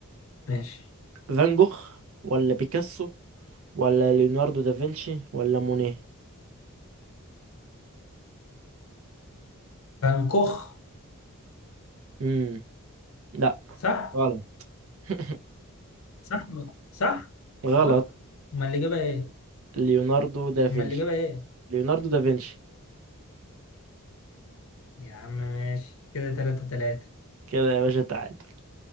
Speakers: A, on the left (about 65°); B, on the right (about 70°).
A: ماشي
B: فان جوخ ولا بيكاسو ولا ليوناردو دافنشي ولا مونيه
A: بنكوخ
B: امم لا
A: صح
B: غلط <laughs>
A: صح صح
B: غلط
A: غلط امال الاجابه ايه
B: ليوناردو دافنشي
A: امال الاجابه ايه
B: ليوناردو دافنشي
A: يا عم ماشي كده تلاتة تلاتة
B: كده يا باشا تعادل